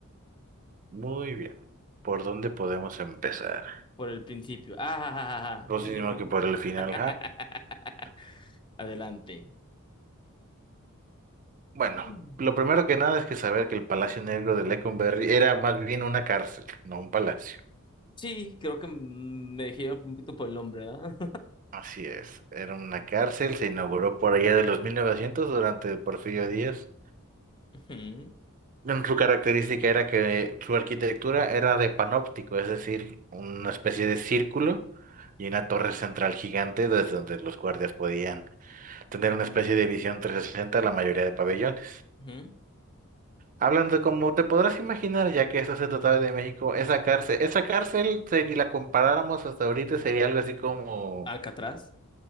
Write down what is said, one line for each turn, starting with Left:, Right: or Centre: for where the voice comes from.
Right: Muy bien. ¿Por dónde podemos empezar?
Left: Por el principio. Ah,
Right: Pues
Left: ja, ja,
Right: sino que por el final.
Left: ja, ja.
Right: <laughs>
Left: <laughs> Adelante.
Right: Bueno,
Left: Mm.
Right: lo primero que nada es que saber que el Palacio Negro de Lecumberri era más bien una cárcel, no un palacio.
Left: Sí, creo que mm, me dejé un poquito por el nombre, ¿verdad?
Right: Así es, era una cárcel, se inauguró por allá de los 1900 durante Porfirio Díaz.
Left: <laughs> Ujú,
Right: Mm, Su característica era que su arquitectura era de panóptico, es decir, una especie de círculo y una torre central gigante desde donde los guardias podían tener una especie de visión 360 a la mayoría de pabellones.
Left: ujú.
Right: Hablando como te podrás imaginar, ya que esto se trataba de México, esa cárcel, esa cárcel, si la comparáramos hasta ahorita, sería algo así como,
Left: Alcatraz.